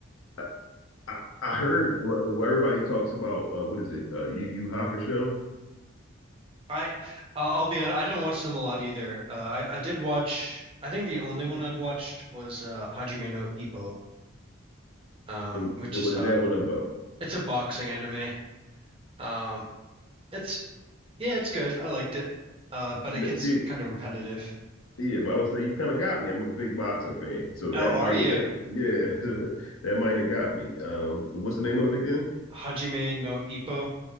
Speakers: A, on the left (about 85°); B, on the right (about 25°).
A: I, I, I heard what, what everybody talks about. Uh, what is it? Uh, Yu Yu Hakusho,
B: I I'll I'll be honest, I don't watch them a lot either. Uh, I I did watch. I think the only one I've watched was uh Hajime no Ippo, um,
A: and
B: which
A: and
B: is
A: what
B: a
A: is that one about?
B: it's a boxing anime. Um, it's yeah, it's good. I liked it. Uh, but it gets
A: See,
B: kind of repetitive.
A: yeah, but I would say you kind of got me. I'm a big boxing fan, so
B: Oh,
A: that
B: are
A: might,
B: you?
A: that, yeah, <laughs> that might have got me. Um, what's the name of it again?
B: Hajime no Ippo.